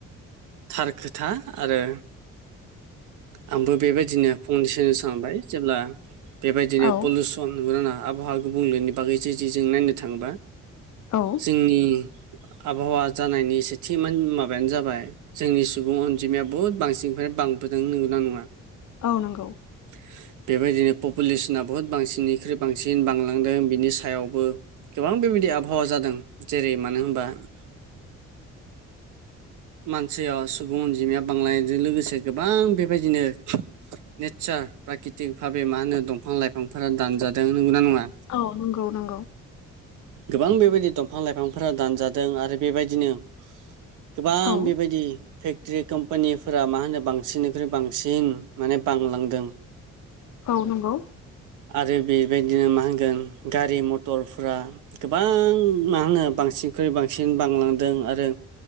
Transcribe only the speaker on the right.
थार खोथा आरो आंबो बेबायदिनो फंनैसो सानबाय जेब्ला बेबायदिनो
पुलु सन <unintelligible> आबहावा गुबुंलेनि बागै जुदि जों नायनो थाङोबा
जोंनि आबहावा जानायनि सेथि मान माबायानो जाबाय जोंनि सुबुं अनजिमाया बहुद बांसिननिफ्राय बांबोदों नोंगोना नोङा?
<inaudible> बेबायदिनो पुपुलेसना बहुद बांसिननिख्रुइ बांसिन बांलांदों बिनि सायावबो गोबां बेबायदि आबहावा जादों जेरै मानो होनबा मानसैया सुबुं अनजिमाया बांलांनायजों लोगोसे गोबां बेबायदिनो नेचार फ्राकृतिक भाबे मा होनो दंफां लाइफांफोरा दानजादों नोंगौना नङा?
गोबां बेबायदि दंफां लाइफांफोरा दानजादों आरो बेबायदिनो गोबां
बेबायदि फेकट्री कम्पानिफोरा मा होनो बांसिननिख्रुइ बांसिन माने बांलांदों। <inaudible>
आरो बेबायदिनो मा होनगोन गारि मथरफ्रा गोबां मा होनो बांसिनख्रुइ बांसिन बांलांदों आ रो